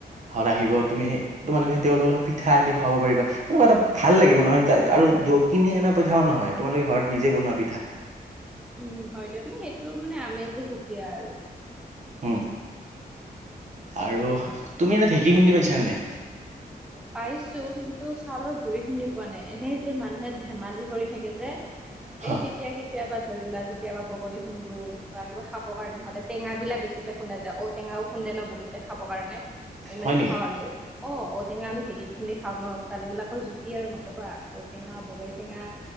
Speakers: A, on the right; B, in the centre.
A: ঘৰত আহিব তুমি তোমালোকে তেওঁলোকক পিঠা আদি খুৱাব পাৰিবা। কেনেকুৱা এটা ভাল লাগিব নহয় আৰু কিনি অনা পিঠাও নহয়। তোমালোকে ঘৰত নিজে বনোৱা পিঠা
B: উম', হয়। দিয়া মানে সেইটোৰ মানে আমেজে সুকীয়া আৰু
A: উম, আৰু তুমি এনে ঢেঁকী খুন্দি পাইছা নে নাই?
B: পাইছো কিন্তু চাউলৰ গুৰি খুন্দি পোৱা নাই। এনেই যে মানুহে ধেমালি কৰি থাকে যে,
A: হা,
B: এই তেতিয়া কে তিয়াবা ধৰি লোৱা কেতিয়াবা বগৰী খুন্দো বা কিবা খাবৰ কাৰণে হ'লে টেঙা বিলাক বেছিকে খুন্দা যায়। <unintelligible> টেঙাও খুন্দে ন বহুতে খাবৰ কাৰণে আমি
A: হয়
B: মানে
A: নেকি?
B: খাওঁ আৰু অ, <unintelligible> টেঙা আমি ঢেঁকীত খুন্দি খাওঁ ন। ছোৱালী বিলাকৰ জুতি আৰু নক'বা ঔটেঙা, বগৰী টেঙা,